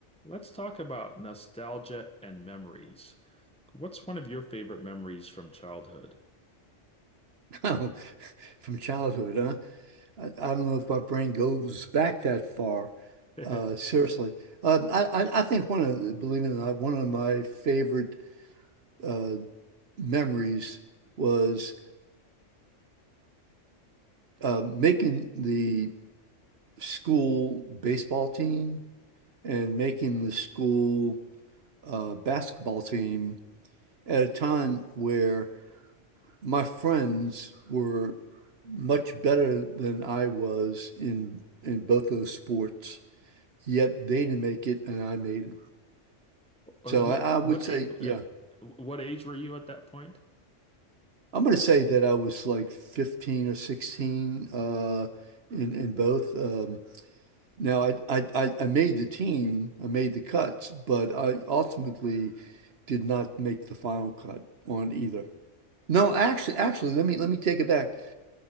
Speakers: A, in the centre; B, on the right.
A: Let's talk about nostalgia and memories. What's one of your favorite memories from childhood?
B: Oh, <laughs> from childhood, huh? I, I don't know if my brain goes back that far.
A: <laughs>
B: Uh, seriously, um, I, I I think one of the- believe it or not, one of my favorite uh, memories was uh, making the school baseball team and making the school uh, basketball team at a time where my friends were much better than I was in in both those sports. yet they didn't make it and I made it. So
A: Uh, What
B: I, I would
A: what
B: say,
A: a- uh,
B: yeah,
A: what age were you at that point?
B: I'm going to say that I was like 15 or 16 uh, in in both. Um, now I, I I I made the team, I made the cuts, but I ultimately did not make the final cut on either. No, actually, actually, let me let me take it back.